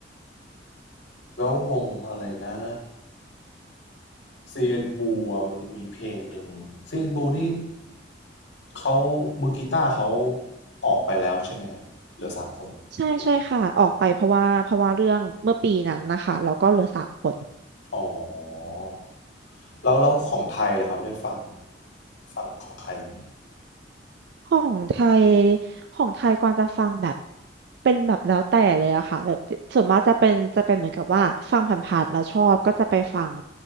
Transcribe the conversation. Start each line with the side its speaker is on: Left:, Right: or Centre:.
Left: แล้ววงอะไรนะเซยนบูอ่ะมันมีเพลงหนึ่งเซยนบูนี่เขามือกีตาร์เขาออกไปแล้วใช่ไหมครับ เหลือสามคนถูกไหม
Right: ใช่ใช่ค่ะออกไปเพราะว่าเพราะว่าเรื่องเมื่อปีนั้นนะคะแล้วก็เหลือสามคน
Left: อ๋อแล้วแล้วของไทยแหล่ะครับได้ฟังฟังของใครไหม
Right: ของไทยของไทยกวางจะฟังแบบเป็นแบบแล้วแต่เลยอะค่ะแบบส่วนมากจะเป็นจะเป็นเหมือนกับว่าฟังผ่านๆแล้วชอบก็จะไปฟัง